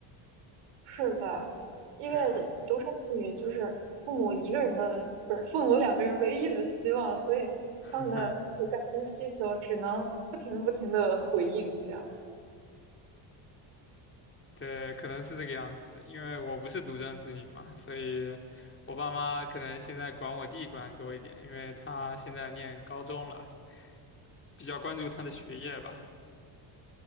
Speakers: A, on the right; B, on the left.
A: 是的，因为
B: 对，
A: 独生子女就是父母一个人的，不是父母两个人唯一的希望，所以他们的呃感情需求只能不停不停的回应这样。
B: <laughs> 对，可能是这个样子。因为我不是独生子女嘛，所以我爸妈可能现在管我弟管得多一点，因为他现在念高中了，比较关注他的学业吧。